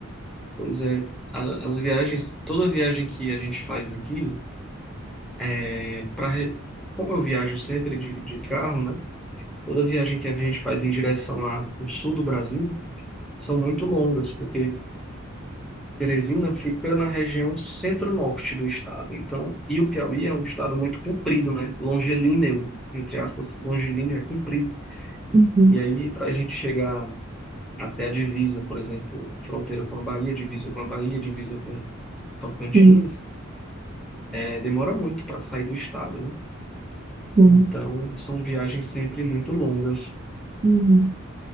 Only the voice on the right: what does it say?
Uhum,
sim,
sim.
Uhum.